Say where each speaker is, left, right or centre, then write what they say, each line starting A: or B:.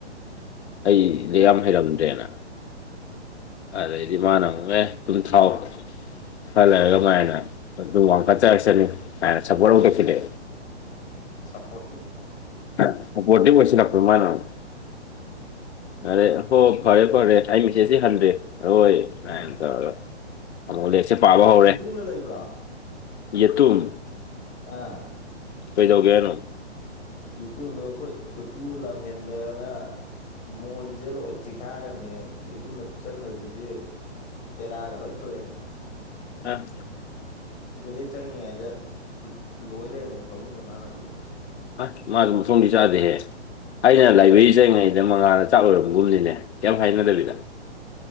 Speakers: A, on the left; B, on the left.
A: ꯑꯩ ꯗꯤ ꯌꯥꯝ ꯍꯩꯔꯝꯗ꯭ꯔꯦꯅ ꯑꯗꯩꯗꯤ ꯃꯥꯅ ꯑꯃꯨꯛ ꯑꯦ ꯄꯨꯝꯊꯥꯎ ꯈꯔ ꯂꯩꯔꯒ ꯃꯥꯏꯅ ꯑꯗꯨ ꯋꯥꯡ ꯈꯠ ꯆꯠꯔꯁꯅꯤ ꯀꯥꯏꯅ ꯁꯄꯣꯔ ꯑꯃꯨꯛ ꯇꯧꯊꯤꯜꯂꯦ
B: ꯑ ꯁꯄꯣꯔꯇꯤꯚ
A: ꯑ ꯁꯄꯣꯔꯇꯤꯞ ꯑꯣꯏꯁꯤꯜꯂꯛꯄꯗꯣ ꯃꯥꯅꯑꯣꯏ ꯑꯔꯩ ꯍꯣ
B: ꯍꯣꯠꯅꯅꯤꯡꯉꯤꯁꯦ
A: ꯐꯔꯦ ꯐꯔꯦ
B: ꯑꯗꯨꯗꯅꯦ
A: ꯑꯩ ꯆꯦꯁꯤ ꯍꯟꯗꯦ ꯑꯣꯏ ꯁꯥꯏꯅ ꯇꯧꯔꯒ ꯑꯃꯨꯛ ꯂꯦꯛꯁꯦ ꯄꯥꯕ ꯍꯧꯔꯦ
B: ꯂꯩꯕ꯭ꯔꯥ
A: ꯌꯦꯠꯇꯨꯝ
B: ꯑꯥ
A: ꯀꯩꯗꯧꯒꯦ ꯍꯥꯏꯅꯣ
B: ꯌꯦꯇꯨꯝꯗꯣ ꯑꯩꯈꯣꯏ ꯀꯨꯇꯨ ꯂꯝꯍꯦꯟꯕꯅ ꯃꯣꯟꯖꯦ ꯂꯣꯏ ꯆꯤꯛꯈꯥꯏꯔꯝꯃꯦ ꯌꯦꯇꯨꯝꯅ ꯐꯣꯠꯆꯟꯗꯗꯤꯁꯦ ꯇꯦꯔꯥꯒ ꯂꯣꯏ ꯊꯣꯛꯑꯦ
A: ꯑꯥ
B: ꯇꯣꯏꯂꯦꯠ ꯆꯪꯉꯤꯉꯩꯗ ꯂꯣꯏ ꯂꯩꯔꯝꯃꯦ ꯐꯃꯨꯡꯒ ꯃꯥꯅ ꯂꯣꯏꯅ
A: ꯑ ꯃꯥꯖꯨ ꯃꯊꯣꯡꯗꯤ ꯆꯥꯗꯦꯍꯦ ꯑꯩꯅ ꯂꯥꯏꯕ꯭ꯔꯦꯔꯤ ꯆꯠꯔꯤꯉꯩꯗ ꯃꯉꯥꯜꯅ ꯆꯥꯛꯂꯣꯏꯔꯝꯒꯨꯝꯅꯤꯅꯦ ꯀꯩꯝ ꯍꯥꯏꯅꯗꯕꯤꯗ